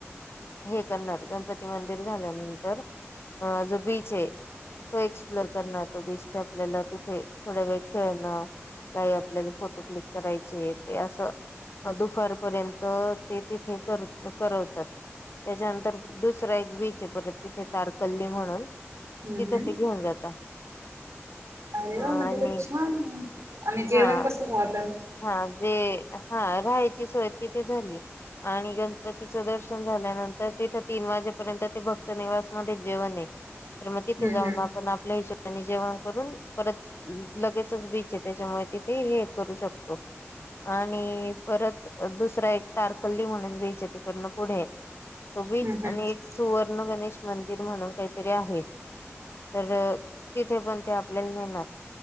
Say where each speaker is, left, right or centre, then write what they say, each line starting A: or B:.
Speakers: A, on the left; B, on the right.
A: हे करणार गणपती मंदिर झाल्यानंतर, अ -जो बीच आहे तो एक्सप्लोर करणार तो बीच आपल्याला तिथे थोड्या वेळ खेळणं काही आपल्याला फोटो क्लिक करायचं आहे ते असं अ दुफारपर्यंत ते तिथे कर करवतात. त्याच्यानंतर दुसरा एक बीच आहे परत तिथे तारकल्ली म्हणून
B: हम्म
A: तिथं
B: हम्म.
A: ते घेऊन जाता.
B: अरे वा
A: आणि
B: मध्ये तर छान आहे आणि जेवण
A: हा
B: कसं व्हाल?
A: हा जे हा राहायची सोय तिथे झाली. आणि गणपतीचं दर्शन झाल्यानंतर तिथ तीन वाजेपर्यंत ते भक्तनिवास मध्ये जेवणय. तर मग
B: हम्म
A: तिथे जाऊन
B: हम्म.
A: आपण आपल्या हिच्या आणि जेवण करून परत लगेचच बीचय, त्याच्यामुळे तिथे हे करू शक अ आणि परत दुसरा एक तारकल्ली म्हणून बीचय ते पण मग पुढे. तो बीच
B: हम्म हम्म.
A: आणि एक सुवर्ण गणेश मंदिर म्हणून काहीतरी आहे. तर तिथे पण त्या आपल्याला नेणार